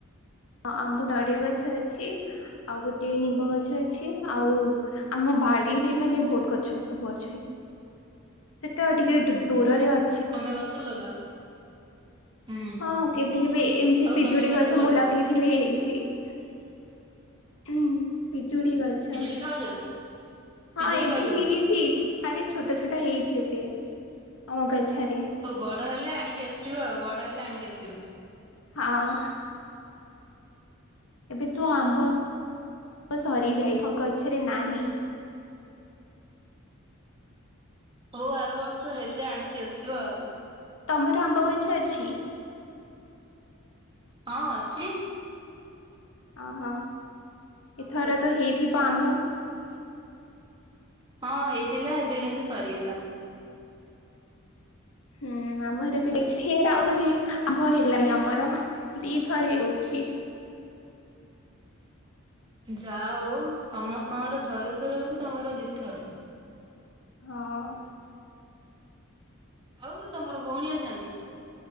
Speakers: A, on the left; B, on the right.
A: ଅଁ, ଆମ୍ବ ନଡିଆ ଗଛ ଅଛି ଆଉ ଗୋଟେ ନିମ୍ବ ଗଛ ଅଛି ଆଉ ଆମ ବାଡିରେ ମାନେ ବହୁତ ଗଛ ସବୁ ଅଛି ସେଟା ଟିକେ ଡୁ ଦୂରରେ ଅ
B: ତୋମେ ଗଛ ଲଗାଅ? ହୁଁ
A: ହଁ କେବେ କେବେ ଏମିତି
B: ଆଉ
A: ପିଜୁଡି
B: ତମେ
A: ଗଛ
B: ଲଗାଅ
A: ମୁଁ ଲଗେଇଥିଲି ହେଇଛି। ଉଁ, ହୁଁ, ପି ଜୁଳି ଗଛ
B: ପିଜୁଳି ଖାଉଛ ନା
A: ହଁ
B: ପିଜୁଳି
A: ଏବେ
B: ଖାଉଛ
A: ହେଇଛି
B: ନା?
A: ଥରେ ଛୋଟ ଛୋଟ ହେଇଛି ଏବେ ଆମ ଗଛର
B: ହଉ ବଡ ହେଲେ ଆଣିକି ଆସିବ ଆଉ, ବଡ ହେଲେ ଆଣିକି ଆସିବ।
A: ହଁ। ଏବେ ତୁ ଆମ୍ବ ସରିଯାଇ ଆ ଗଛରେ ନାହିଁ
B: ହଉ ଆର ବର୍ଷ ହେଲେ ଆଣିକି ଆସିବ ଆଉ
A: ତମର ଆମ୍ବ ଗଛ ଅଛି।
B: ହଁ ଅଛି।
A: ଓ ହୋ।
B: ସବୁ
A: ଏଥର
B: ଗଛ
A: ତ
B: ଅଛି।
A: ହେଇଥିବ ଆମ୍ବ। <unintelligible>
B: ହଁ ହେଇଥିଲା ଏବେ କିନ୍ତୁ ସରିଗଲା।
A: ହୁଁ ଆମର ବି ଯାଇ ଫିର ଆହୁରି ଆଭ ହେଲାଣି ଆମର ଦିଥରେ ହେଉଛି।
B: ଯା ହଉ ସମସ୍ତଙ୍କର ଥରେ ଥରେ ହଉଛି ତମର ଦୁଇଥର।
A: ହଁ।
B: ଆଉ ତମର ଭଉଣୀ ଅଛନ୍ତି।